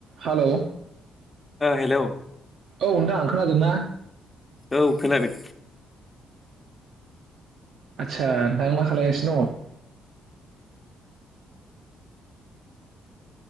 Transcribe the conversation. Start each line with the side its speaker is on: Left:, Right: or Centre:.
Right: हेल'
Left: hello
Right: औ नोंथां आं खोनादोंना
Left: औ खोनादों
Right: आदसा नोंथां मा खालायगासिनो दङ